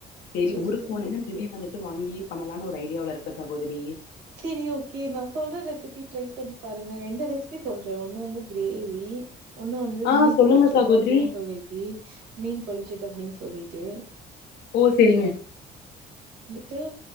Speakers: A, on the left (about 80°); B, on the right (about 85°).
A: சேரி
B: சரி,
A: ஊருக்கு
B: சரி.
A: போனேனா மேபி வந்து ட்டு வாங்கி பண்ணலாம்னு ஒரு ஐடியாவுல இருக்கே சகோதரி
B: சேரி ஓகே நான் சொல்ற ரெசிபி ட்ரை பண்ணி பாருங்க ரெண்டு ரெசிபி சொல்றே ஒன்னு வந்து கிரேவி ஒன்னு வந்து
A: ஆ
B: மீன்
A: சொல்லுங்க
B: பொழிச்சது
A: சகோதரி
B: அப்டின்னு சொல்லிட்டு மீன் பொழிச்சது அப்டின்னு சொல்லிட்டு
A: ஓ சேரிங்க
B: தோ